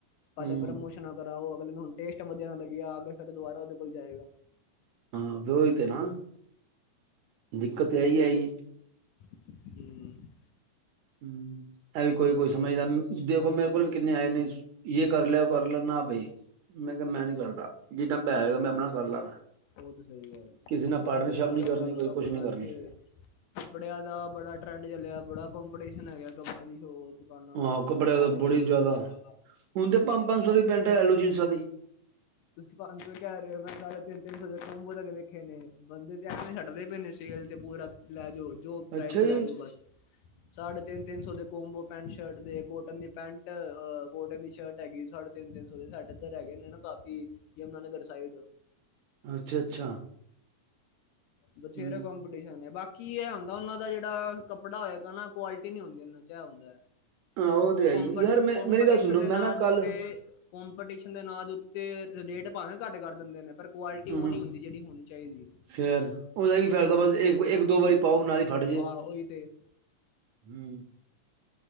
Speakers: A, on the left; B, on the right.
A: ਪਹਿਲੇ
B: ਹਮ
A: ਪਹਿਲੇ ਮੁਸ਼ਕਿਲ ਨਾ ਕਰਾਓ ਅਗਲੇ ਹੁਣ ਟੇਸਟ ਵਧੀਆ ਨਾ ਲੱਗਿਆ ਅਗ ਫਿਰ ਦੁਾਰਾ ਉਹਦੇ ਕੋਲ ਜਾਏਗਾ
B: ਹਾਂ ਵਿਓਹੀ ਤੇ ਨਾ ਦਿੱਕਤ ਏ ਹੀ ਆਈ ਏ
A: ਹਮ <unintelligible>
B: ਹਮ <unintelligible> ਇਹ ਵੀ ਕੋਈ ਕੋਈ ਸਮਝਦਾ ਦੇਖੋ ਮੇਰੇ ਕੋਲ ਵੀ ਕਿੰਨੇ ਆਏ ਨੇ ਯ ਕਰ ਲਿਆ ਉਹ ਕਰ ਲੈ ਨਾ ਬਾਈ ਮੈਂ ਕਿਹਾ ਮੈਂ ਨੀ ਕਰਦਾ ਜਿੱਦਨਾ ਪੈ ਹੋਗਾ ਮੈਂ ਆਪਣਾ ਕਰ ਲਾਂ
A: ਉਹ ਤਾਂ ਸਹੀ ਗੱਲ
B: ਕਿਸੇ
A: ਹੁਣ
B: ਨਾਲ
A: ਕੱਪੜਿਆਂ
B: ਪਾਰਟਨਸੀਪ
A: ਦੀ
B: ਨੀ
A: ਕ-
B: ਕਰਨੀ ਕੋਈ ਕੁਛ
A: ਆਪਣਾ
B: ਨੀ ਕਰਨੀ
A: ਇੱਥੇ ਕੱਪੜਿਆਂ ਦਾ ਬੜਾ ਟਰੈਂਡ ਚੱਲਿਆ ਬੜਾ ਕੰਪੀਟੀਸ਼ਨ ਹੈ ਗਿਆ ਕੱਪੜਿਆਂ ਦੀ ਸ਼ੋ ਨਾਲ
B: ਆਹੋ
A: ਇਥੋਂ
B: ਕੱਪੜਿਆਂ ਦਾ
A: ਇਹ ਦੇਖ
B: ਬੜੀ ਜ਼ਿਆਦਾ
A: ਪੂਰੀ ਛੋਲੇ
B: ਹੁਣ ਤਾਂ ਪੰਜ ਪੰਜ ਸੌ ਦੀ ਪੈਟਾ ਲੈਲੋ ਜੀਨਸਾਂ ਦੀ
A: ਤੁਸੀਂ ਪੰਜ ਸੌ ਕਹਿ ਰਹੇ ਹੋ ਮੈਂ ਸਾਡੇ ਤਿੰਨ ਤਿੰਨ ਸੌ ਕਬੋ ਤ ਦੇੇਖੇ ਨੇ ਬੰਦੇ ਤੇ ਐਵੇਂ ਛੱਡਦੇ ਪਏ ਨੇ ਸੇਲ ਤੇ ਪੂਰਾ। ਲੈ ਜਾਓ ਜੋ ਪ੍ਰਾਈਜ਼
B: ਅੱਛਾ
A: ਲੈ
B: ਜੀ
A: ਜਾਓ ਬਸ ਸਾਢੇ ਤਿੰਨ ਤਿੰਨ ਸੌ ਦੇ ਕੋਮਬੋ ਪੈਂਟ ਸ਼ਰਟ ਦੇ ਕੋਟਨ ਦੀ ਪੈਂਟਹ ਕੋਟਨ ਦੀ ਸ਼ਰਟ ਹੈਗੀ ਸਾਡੇ ਤਿੰਨ ਸੌ ਤਿੰਨ ਤਿੰਨ ਸੋ ਦੇ ਸਾਡੇ ਇੱਧਰ ਹਿਗੇ ਨੇ ਨਾ ਕਾਫੀ ਯਮੁਨਾਾਨਗਰ ਸਾਈਡ
B: ਅੱਛਾ ਅੱਛਾ
A: ਬਥੇਰਾ
B: ਹੂੰ
A: ਕਾਂਪਟੀਸ਼ਨ ਹੋਂਦਾ ਹੈ ਬਾਕੀ ਇਹ ਹੁੰਦਾ ਉਹ ਦਾ ਜਿਹੜਾ ਕੱਪੜਾ ਹੋਏਗਾ ਨਾ ਕੁਆਲਟੀ ਤਿਨ ਹੀ ਹੁੰਦੀ ਨ ਚਾ ਹੁੰਦਾ
B: ਹਾਂ ਤੇ
A: ਉਹ
B: ਹੈ ਹੀ ਯਾਰ ਮੈਂ
A: ਕਪਟੀਸ਼ਨ
B: ਮੇਰੀ ਗੱਲ ਸੁਣੋ
A: ਦੇ ਨਾਂ
B: ਮੈਂ ਨਾ
A: ਦੇ
B: ਕੱਲ
A: ਉੱਤੇ ਕੋਂਪੀਟੀਸ਼ਨ ਦੇ ਅ ਦੇ ਉੱਤੇ ਰੇਟ ਭਾਵੇਂ ਘੱਟ ਕਰ ਦਿੰਦੇ ਨੇ ਪਰ ਕੁਆਲਿਟੀ
B: ਹੂੰ
A: ਉਹ
B: ਹੂੰ
A: ਨੀ ਹੁੰਦੀ ਜਿਹੜੀ ਹੋਣੀ ਚਾਹੀਦੀ
B: ਫੇਰ ਉਹਦਾ ਕੀ ਫਾਇਦਾ ਬਸ ਇੱਕ ਦੋ ਵਾਰੀ ਪਾਓ ਨਾਲ ਹੀ ਫਟ ਜੇ
A: ਹਾਂ, ਉਹੀ ਤੇ।
B: ਹੂੰ,